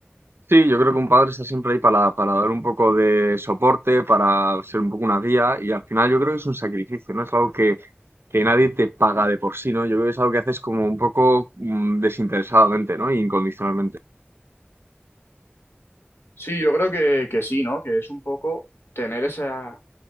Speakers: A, on the right; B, on the left.
A: Sí, yo creo que un padre está siempre ahí para, para dar un poco de soporte, para ser un poco una guía y al final yo creo que es un sacrificio, ¿no? Es algo que, que nadie te paga de por sí, ¿no? Yo creo que es algo que haces como un poco mm, desinteresadamente, ¿no? E incondicionalmente.
B: Sí, yo creo que, que sí, ¿no? Que es un poco tener esa,